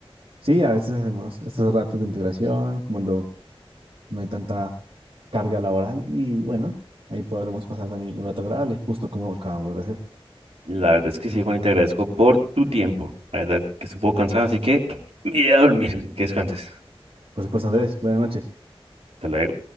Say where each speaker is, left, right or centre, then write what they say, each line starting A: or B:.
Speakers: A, on the right; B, on the right.
A: Sí, a veces hacemos estos ratos de integración cuando no hay tanta carga laboral y bueno, ahí podremos pasar también un rato agradable, justo como acabamos de hacer.
B: La verdad es que sí, Juan, y te agradezco por tu tiempo. La verdad que estuvo cansado, así que me iré a dormir. Que descanses.
A: Por supuesto, Andrés, buenas noches.
B: Hasta luego.